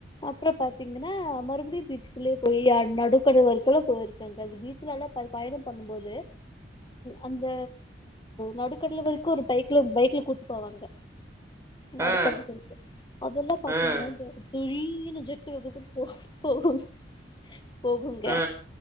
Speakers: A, on the left; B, on the right.
A: அப்புறம் பாத்தீங்கனா மறுபடியும் பீச்சூக்குள்ளேயே போயி நடுக்கடல் வரைக்கும் போயிருக்கே பயணம் பண்ணும்போது அந்த நடுக்கடல் வரைக்கும் ஒரு பைக்ல பைக்ல கூட்டிட்டு போவாங்க நடுப்பற
B: ஆ ஆ
A: இருக்கு அதெல்லாம் பாத்தீங்கன்னா
B: ஆ
A: உய்ங்கனு ஜட்டு வ போ போகும் போகுங்க
B: ஆ